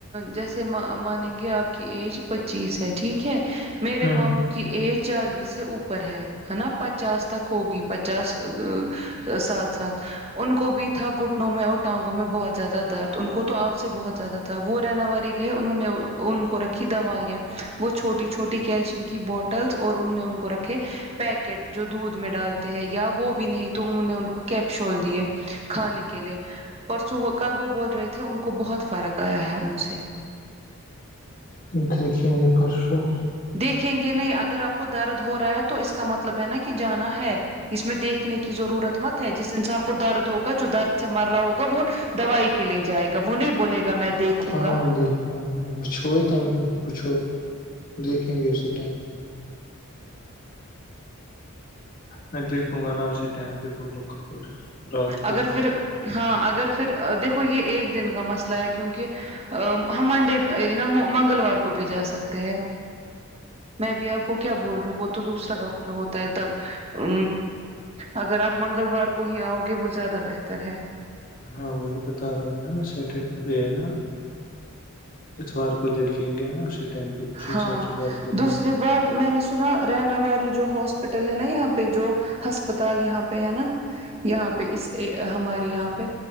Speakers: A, on the right; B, on the left.
A: جیسے مانیں گے آپ کی ایج پچیس ہے ٹھیک ہے میرے
B: ہ
A: ماموں کی ایج چالیس سے اوپر ہے ہے نا پچاس تک ہوگی پچاس سات سات ان کو بھی تھا گھٹنوں میں اٹ ٹانگوں میں بہت زیادہ درد ان کو توپ سے بہت زیادہ تھا وہ رنا والاریی گئے انہوں نے ان کو رکھی دوائیاں وہ چھوٹی چھوٹی کیلشیم کی بوٹلس اور ان نے ان کو رکھے پیکٹ جو دودھ میں ڈالتے ہیں یا وہ بھی نہیں تو انہوں نے ان کو کیپشول دیے کھانے کے لیے پرسوں کل وہ بول رہے تھے ان کو بہت فرق آیا ہے ان سے
B: دیکھیں گے پرسوں
A: دیکھیں گے نہیں اگر آپ کو درد ہو رہا ہے تو اس کا مطلب ہے نا کہ جانا ہے اس میں دیکھنے کی ضرورت مت ہے جس انسان کو درد ہوگا جو درد سے مر رہا ہوگا وہ دوائی کے لیے جائے گا وہ نہیں بولے گا میں دیکھوں
B: ہاں
A: گا
B: د وہچو ہیم پچھو دیکھیں گے اسے ڈھینگ پہ میں دیکھوں گا نا اسی ٹائم پہ بولوں گا پھر رات کو
A: اگر
B: ہی
A: پھر ہاں اگر پھر دیکھو یہ ایک دن کا مسئلہ ہے کیونکہ ا ہم منڈے نا منگلوار کو بھی جا سکتے ہیں میں بھیب آپ کو کیا بول رہی ہوں وہ تو دوسرا ڈاکٹر ہوتا ہے تب ا اگر آپ منگلوار کو ہی آؤ گے وہ زیادہ بہتر ہے
B: ہاں وہی بتا رہا ہوں نا سیٹرڈے ہوئے ہے نا اتوار کو دیکھیں گے نا اسی ٹائم پہ اسی حساب
A: ہاں
B: سے بات کریں
A: دوسری
B: گے
A: بات میں نے سنا رہنااواری جو ہاسپٹل ہے نا یہاں پہ جو ہسپتال یہاں پہ ہے نا یہاں پہ اس ہمارے یہاں پہ